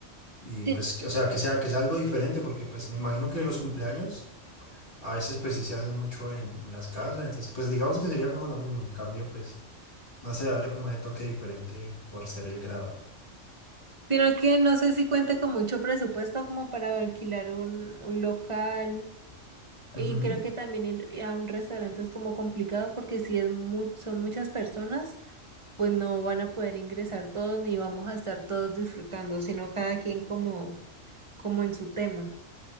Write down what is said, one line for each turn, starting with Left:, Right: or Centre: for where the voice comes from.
Left: Y
Right: Sí,
Left: pues, que- o sea, que sea, que sea algo diferente porque, pues, me imagino que los cumpleaños... A veces pues sí se hacen mucho en, en las casas, entonces pues digamos que sería como lo mismo, en cambio pues no sé, darle como ese toque diferente por ser el grado.
Right: Sino que no sé si cuenta con mucho presupuesto como para alquilar un, un local
Left: Ujú,
Right: y creo que también ir eh, a un restaurante es como complicado porque si es mu- son muchas personas, pues no van a poder ingresar todos ni vamos a estar todos disfrutando, sino cada quien como, como en su tema.